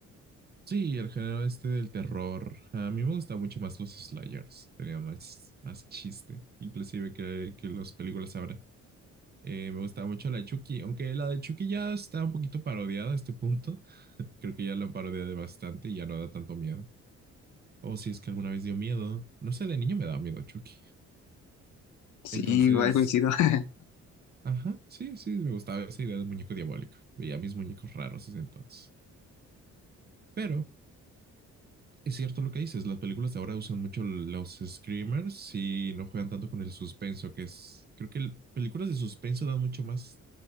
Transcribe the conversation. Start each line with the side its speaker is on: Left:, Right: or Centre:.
Right: Sí, el género este del terror. A mí me gustan mucho más los slayers. Tenía más, más chiste, inclusive que, que las películas ahora. Eh, me gustaba mucho la de Chucky, aunque la de Chucky ya está un poquito parodiada a este punto. Creo que ya la han parodiado bastante y ya no da tanto miedo. O si es que alguna vez dio miedo. No sé, de niño me daba miedo Chucky.
Left: Sí,
Right: Entonces,
Left: igual coincido. <laughs>
Right: ajá, sí, sí, me gustaba esa idea del muñeco diabólico. Veía mis muñecos raros ese entonces. Pero Es cierto lo que dices, las películas de ahora usan mucho los screamers y no juegan tanto con el suspenso, que es, creo que el- películas de suspenso dan mucho más